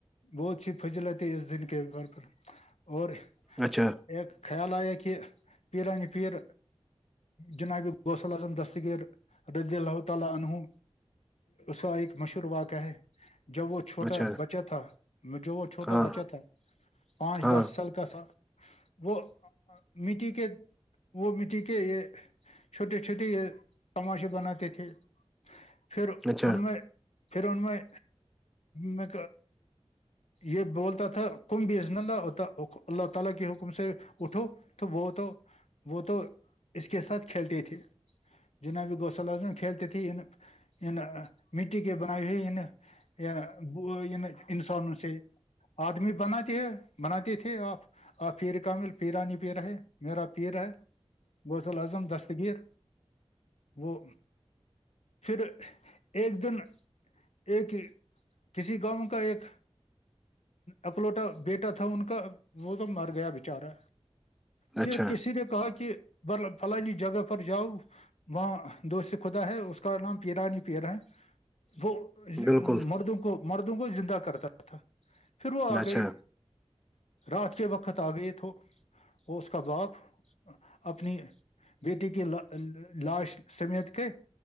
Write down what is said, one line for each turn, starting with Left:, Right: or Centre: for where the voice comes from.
Left: بہت سی فضلت ہے اس دن کے گھر پر اور
Centre: اچھا
Left: ایک خیال آیا کہ پیراانی پیر جنابی گوسے عالم د ستگر رازیاللہو انہو سوال ایک مشہور واقعہ ہے جب وہ چھوٹا
Centre: اچھا
Left: بچہ تھا جو وہ چھوٹا
Centre: ہاں
Left: بچہ تھا پانچ
Centre: ہاں
Left: دہ سلک سا وہ مٹی کے وہ مٹی کے یہ چھوٹے چھوٹیے یہ تماشے بناتے تھے پھر
Centre: اچھا
Left: ان میں پھر ان میں میں یہ بولتا تھا کم بی ازننال اللہ تعالی کے حکم سے اٹھو تو وہ تو وہ تو اس کے ساتھ کلتے تھے جنابی گوسل اعظم کھیلتے تھے ان ان مٹی کے بنائی ہوئے نا انسانوں سے آدمی بنا کے بناتے تھے آپ آ پیر کامل پیراانی پیر ہے میرا پیر ہے بغوزل اعظم دستگیر وہ پھر ایک دن ایک کسی گاؤں کا ایک اکلوٹا بیٹا تھا ان کا وہ تو مر گیا بچارا پھر
Centre: اچھا
Left: کسی نے کہا کہ فلانی جگہ پر جاؤ وہاں دوست خدا ہے اس کا نام پیرانی پیرا ہے وہ
Centre: بالکل
Left: مردوں کو مردوں کو زندہ کرتا تھا پھر وہ آ
Centre: اچھا
Left: گئے رات کے وقت آ گئے تو وہ اس کا باپ اپنی بیٹی کے لا لاش سمیت کے